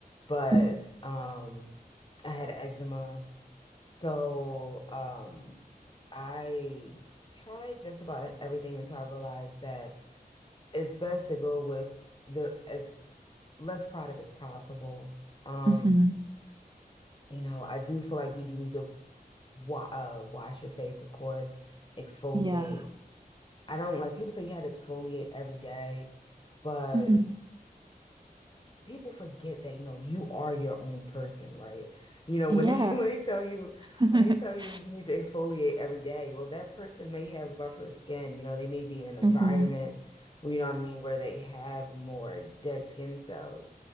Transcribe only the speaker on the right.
Mm-hmm.
Mm-hmm.
Yeah.
Mm-hmm.
Yeah.
<laughs>
Mm-hmm.